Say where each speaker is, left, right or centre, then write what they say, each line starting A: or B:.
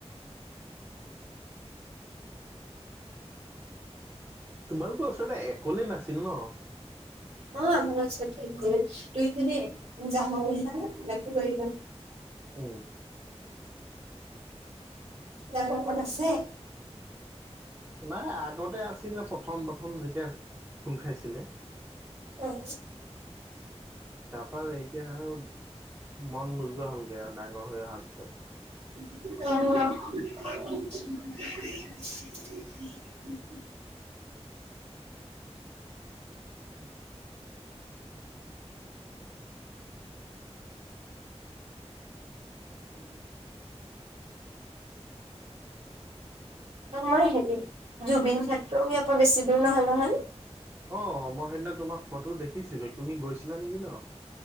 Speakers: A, on the right (about 15°); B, on the right (about 75°).
A: তোমালোকৰ ওচৰতে একলেই আছিল ন।
B: অ, আমাৰ কৰে দুই তিনি ন যাম বুলি ৰা <unintelligible>
A: উম,
B: যাপ কত আছে
A: নাই আগতে আছিলে প্ৰথম - প্ৰথম যেতিয়া খোল খাইছিলে।
B: উম
A: তাৰপৰা এতিয়া আৰু মন নোযোৱা হ'লগে আৰু ডাঙৰ হৈ অহাৰ পিছত।
B: অ', মই হেৰি জুবিন ক্ষেত্ৰ আকৌ বেছি দূৰ নহয় নহয়
A: অ, মই সেইদিনা তোমাক ফটো দেখিছিলো তুমি গৈছিলা নেকি ন।